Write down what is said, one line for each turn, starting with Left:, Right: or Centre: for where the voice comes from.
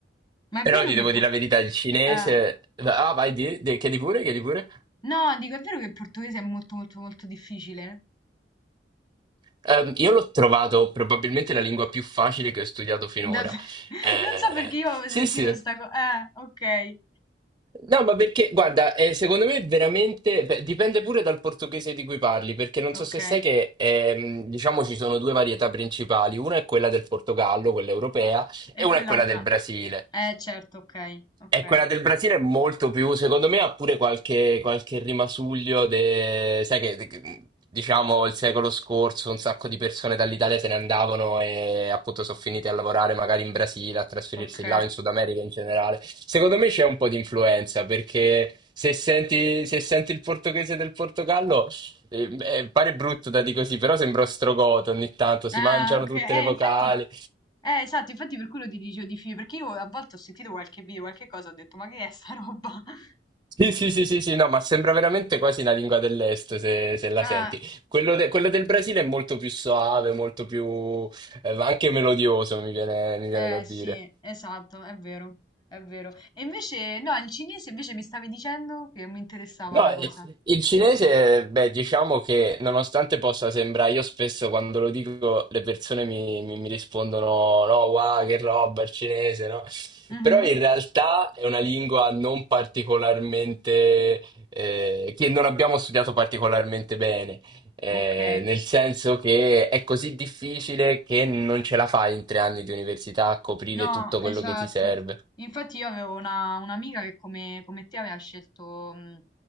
Left: Ma è
Right: Però
Left: vero
Right: ti
Left: che...
Right: devo
Left: po-
Right: dire la verità, il cinese...
Left: eh,
Right: Ah, vai, di, di- chiedi pure, chiedi pure.
Left: no, dico, è vero che il portoghese è molto, molto, molto difficile?
Right: Ehm, io l'ho trovato probabilmente la lingua più facile che ho studiato finora.
Left: Dav- <laughs>
Right: Eh,
Left: non so perché io avevo
Right: sì,
Left: sentito
Right: sì.
Left: sta cosa. Eh, ok,
Right: No, ma perché, guarda, eh, secondo me veramente beh, dipende pure dal portoghese di cui parli, perché non
Left: ok.
Right: so se sai che ehm, diciamo ci sono due varietà principali, una è quella del Portogallo, quella europea,
Left: E
Right: e una
Left: quell'altra.
Right: è quella del Brasile.
Left: Eh, certo, ok, ok,
Right: E quella del Brasile è molto più, secondo me ha pure qualche, qualche rimasuglio, de- sai che de- diciamo il secolo scorso un sacco di persone dall'Italia se ne andavano e appunto sono finite a lavorare magari in Brasile, a trasferirsi
Left: ok.
Right: là in Sud America in generale. Secondo me c'è un po' di influenza perché se senti, se senti il portoghese del Portogallo eh, eh, pare brutto da dire così, però sembra ostrogoto ogni tanto, si
Left: Ah,
Right: mangiano
Left: ok.
Right: tutte
Left: Eh,
Right: le vocali.
Left: infatti. Eh, esatto, infatti per quello ti dicevo di film, perché io a volte ho sentito qualche video, qualche cosa, ho detto, ma che è sta roba? <laughs>
Right: Sì, sì, sì, sì, sì, no, ma sembra veramente quasi una lingua dell'est se, se la
Left: Ah,
Right: senti. Quello, de- quello del Brasile è molto più soave, molto più, eh, anche melodioso, mi viene mi viene
Left: eh,
Right: da dire.
Left: sì, esatto, è vero, è vero. E invece, no, il cinese invece mi stavi dicendo che mi interessava
Right: No,
Left: la
Right: eh,
Left: cosa.
Right: il cinese, beh, diciamo che nonostante possa sembrare, io spesso quando lo dico le persone mi, mi- mi rispondono, no, wow, che roba il cinese, no?
Left: Mhm,
Right: Però in realtà è una lingua non particolarmente, eh, che non abbiamo studiato particolarmente bene, eh,
Left: Ok.
Right: nel senso che è così difficile che non ce la fai in tre anni di università a coprire
Left: No,
Right: tutto
Left: esatto.
Right: quello che ti serve.
Left: Infatti io avevo una, un'amica che come, come te aveva scelto mh,